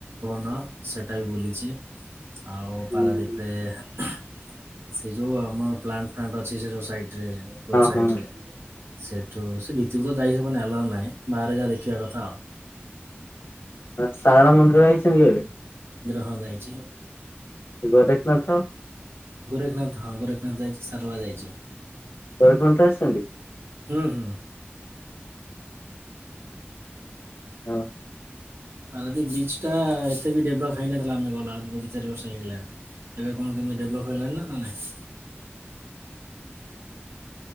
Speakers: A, on the right; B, on the left.
A: ହଁ ସେଇଟା ବି ବୁଲିଛି ଆଉ
B: ହଁ
A: ପାରାଦ୍ୱୀପରେ ସେ ଯେଉଁ ଆମ ପ୍ଲାନ୍ ଫ୍ଲାଣ୍ଟ ଅଛି ସେ ଯେଉଁ ସାଇଟରେ ରୋଡ଼୍ ସାଇଟ୍ରେ
B: ହଁ।
A: ସେଠୁ ସେ ଭିତକୁ ତ ଯାଇ ହେବନି ଆଲାଉ ନାହିଁ ବାହାରେ ଯାହା ଦେଖିବା କଥା ଆଉ।
B: ଆ ସାରଳା ମନ୍ଦିର ଯାଇଛନ୍ତି କେବେ?
A: ହ ଯାଇଛି।
B: ଗୋରେଖନାଥ?
A: ଗୋରେଖନାଥ ହଁ ଗୋରେଖନାଥ ଯାଇଛି ସାରଲା ଯାଇଛି।
B: ଗୋରେଖନାଥ ଆସିଛନ୍ତି?
A: ହୁଁ ହୁଁ।
B: ହଁ।
A: ପାରାଦୀପ ବିଚ ଟା ଏତେ ବି ଡେଭଲପ ହେଇନଥିଲା ଆମେ ଗଲାବେଳକୁ ଦୁଇ ଚାରି ବର୍ଷ ହେଇଗଲାଣି ଏବେ କଣ କେମତି ଡେଭଲପ ହେଲାଣି ନା ନାଇଁ?